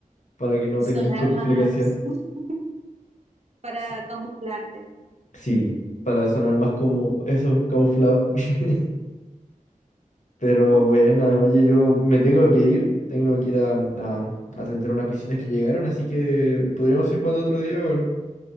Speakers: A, on the left (about 60°); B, on the right (about 50°).
A: para que no
B: sonar
A: tengan complicación.
B: más <laughs> para
A: Sí,
B: camuflarte.
A: sí, para sonar más como eso, camuflado. <laughs> Pero
B: Ok.
A: bueno, oye, yo me tengo que ir, tengo que ir a, a atender unas visitas que llegaron, así que podríamos ir jugando otro día, o